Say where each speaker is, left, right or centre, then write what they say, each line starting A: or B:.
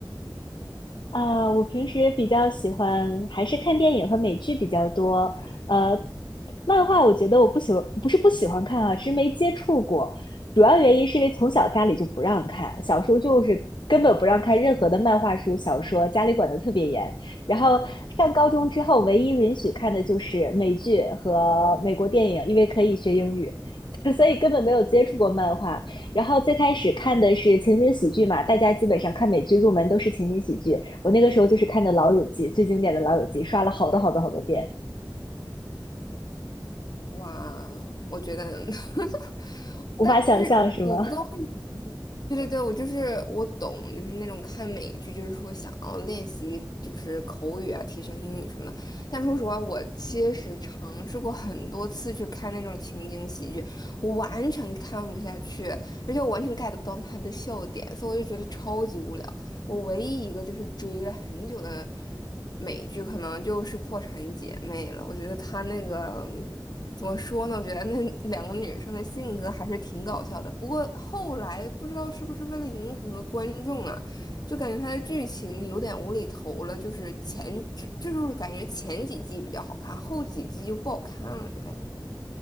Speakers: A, on the left; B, on the left.
A: 啊，我平时比较喜欢还是看电影和美剧比较多。呃，漫画我觉得我不喜欢，不是不喜欢看啊，是没接触过。主要原因是因为从小家里就不让看，小时候就是根本不让看任何的漫画书、小说，家里管的特别严。然后上高中之后，唯一允许看的就是美剧和美国电影，因为可以学英语，<laughs> 所以根本没有接触过漫画。然后最开始看的是情景喜剧嘛，大家基本上看美剧入门都是情景喜剧。我那个时候就是看的《老友记》，最经典的《老友记》，刷了好多好多好多遍，
B: 哇，我觉得，<laughs>
A: 无法想象是吗？
B: 但是我不知道为对对对，我就是我懂，就是那种看美剧，就是说想要练习就是口语啊，提升英语什么的。但说实话，我其实尝试过很多次去看那种情景喜剧，我完全看不下去，而且我完全 get 不到他的笑点，所以我就觉得超级无聊。我唯一一个就是追了很久的美剧，可能就是《破产姐妹》了。我觉得他那个。怎么说呢？我觉得那两个女生的性格还是挺搞笑的。不过后来不知道是不是为了迎合观众啊，就感觉它的剧情有点无厘头了。就是前就就是感觉前几季比较好看，后几季就不好看了的感觉。